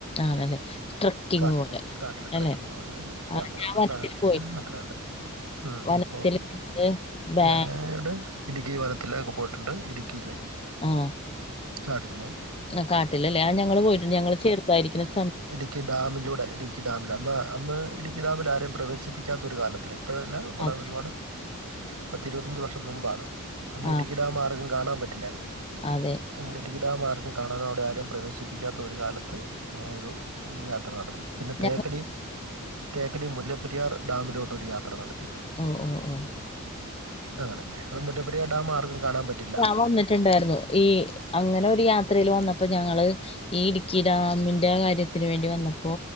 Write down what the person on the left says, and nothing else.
ആണല്ലേ. ട്രക്കിംഗ്
പോലെ
അല്ലേ? ആ
ഞാൻ വനത്തിൽ
പോയിട്ടുണ്ട്.
വനത്തില്
ഞങ്ങള് ബാ
ആഹ
ആ കാട്ടിലല്ലേ ആ ഞങ്ങള് പോയിട്ടുണ്ട് ഞങ്ങള് ചെറുതായിരിക്കണ സ
അത്
ആ
അതെ.
ഞങ്ങ
ഒ ഒ ഓ
പ്പ വന്നിട്ടുണ്ടായിരുന്നു ഈ അങ്ങനെ ഒരു യാത്രയില് വന്നപ്പ ഞങ്ങള് ഈ ഇടുക്കി ഡാമിന്റെ കാര്യത്തിന് വേണ്ടി വന്നപ്പോ